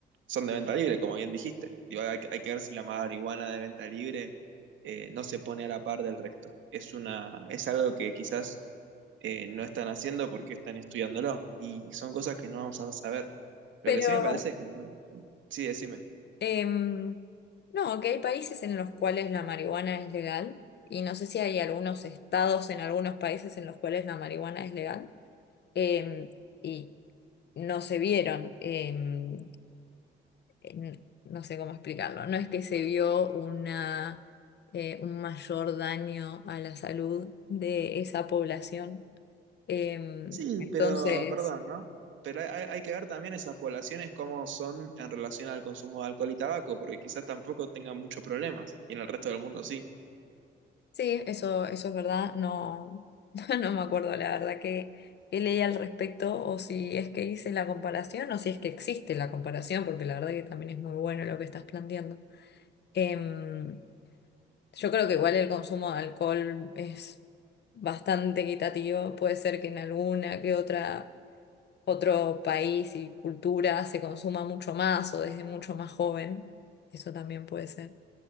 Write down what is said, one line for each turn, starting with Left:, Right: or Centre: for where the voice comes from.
Right: son de venta libre, como bien dijiste. Digo, hay, que hay que ver si la marihuana de venta libre eh, no se pone a la par del resto. Es una, es algo que quizás eh, no están haciendo porque están estudiándolo. Y son cosas que no vamos a saber. Lo
Left: Pero
Right: que sí me parece es que... no- Sí, decime.
Left: em, no, que hay países en los cuales la marihuana es legal y no sé si hay algunos estados en algunos países en los cuales la marihuana es legal em, y no se vieron, em, en- no sé cómo explicarlo, no es que se vio una, eh, un mayor daño a la salud de esa población. Em,
Right: Sí,
Left: entonces...
Right: pero perdón, ¿no? Pero hay, hay- hay que ver también esas poblaciones cómo son en relación al consumo de alcohol y tabaco, porque quizás tampoco tengan muchos problemas, y en el resto del mundo sí.
Left: Sí, eso, eso es verdad. No, <laughs> no me acuerdo la verdad que, que leí al respecto o si es que hice la comparación o si es que existe la comparación, porque la verdad que también es muy bueno lo que estás planteando. Em, yo creo que igual el consumo de alcohol es bastante equitativo. Puede ser que en alguna que otra, otro país y cultura se consuma mucho más o desde mucho más joven. Eso también puede ser.